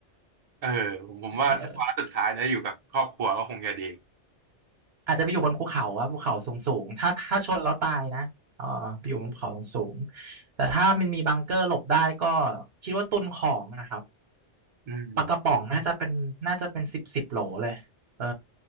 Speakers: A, on the right; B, on the right.
A: เออผมผมว่าถ้าวาระสุดท้ายนะอยู่กับครอบครัวก็คงจะดี
B: เออ อาจจะไปอยู่บนภูเขาอะภูเขาสูงสูงถ้าถ้าชนแล้วตายนะเออไปอยู่บนภูเขาสูงสูงแต่ถ้ามันมีบังเกอร์หลบได้ก็คิดว่าตุนของนะครับ
A: อืม
B: ปลากระป๋องน่าจะเป็นน่าจะเป็นสิบสิบโหลเลยเออ